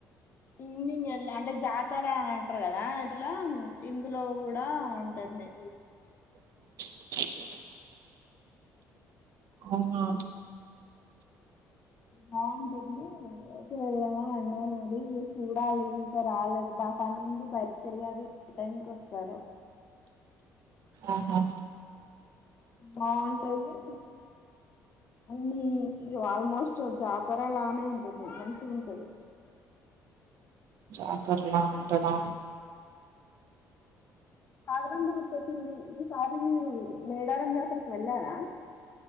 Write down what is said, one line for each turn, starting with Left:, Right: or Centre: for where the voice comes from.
Left: ఈవినింగ్ వెళ్ళి అంటే జాతర అంటారు కదా అట్లా ఇందులో కూడా ఉంటుంది
Right: అ అవునా
Left: బాగుంటుంది అయితే వెళ్దామా అన్నారు అది మీరు చూడాలి ఇంకా రాలేదు బ పనిండి బయటికి వెళ్ళారు ఏ టైంకి వస్తారో
Right: ఆహా
Left: బాగుంటది అన్ని ఇ ఆల్మోస్ట్ జాతరలానే ఉంటది మంచిగ ఉంటది
Right: జాతర్లా ఉంటదా
Left: కాదరండ గుర్తొచ్చింది ఈసారి మీరు మేడారం జాతరకు వెళ్ళారా